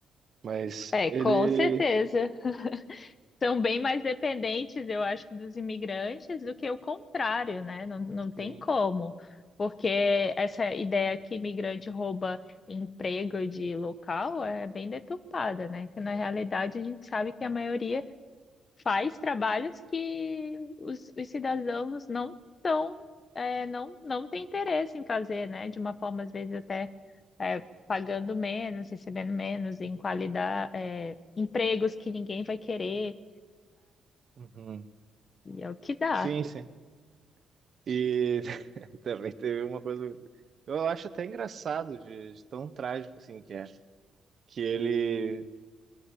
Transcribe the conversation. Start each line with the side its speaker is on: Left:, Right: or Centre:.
Right: Mas
Left: É,
Right: ele.
Left: com certeza. São bem mais dependentes, eu acho, dos imigrantes do que o contrário, né? Não, não tem
Right: Sim.
Left: como, porque essa ideia que imigrante rouba emprego de local é bem deturpada, né? Que na realidade a gente sabe que a maioria faz trabalhos que os, os cidadãos não tão, é, não, não têm interesse em fazer, né? De uma forma, às vezes, até é, pagando menos, recebendo menos em qualidade, é, empregos que ninguém vai querer.
Right: Uhum.
Left: E é o que dá.
Right: Sim, sim. E <laughs> também teve uma coisa. Eu acho até engraçado de, de tão trágico assim que é. Que ele